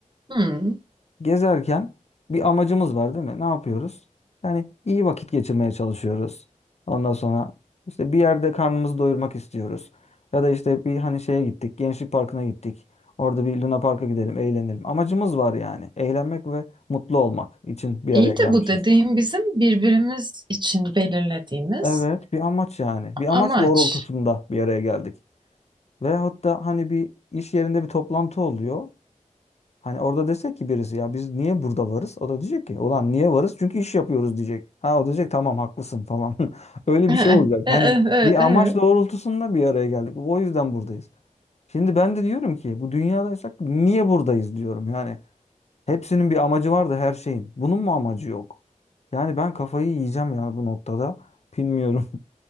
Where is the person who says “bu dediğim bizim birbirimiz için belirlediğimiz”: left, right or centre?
Right